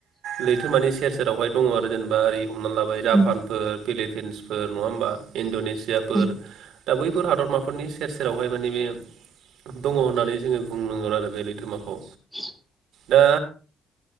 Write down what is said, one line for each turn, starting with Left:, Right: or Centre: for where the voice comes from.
Right: लैथोमानि सेर जेरावहाय दङ आरो जेनेबा ओरै हमना लाबाय जापानफोर
Centre: उम
Right: फिलिपिन्सफोर नङा होमबा इण्ड'नेस सियाफोर
Centre: उम
Right: दा बैफोर हादरमाफोरनि सेर-सेरावहाय माने बे दङ होननानै जोङो बुंनांगोन आरो बे लैथोमाखौ
Centre: <inaudible>
Right: दा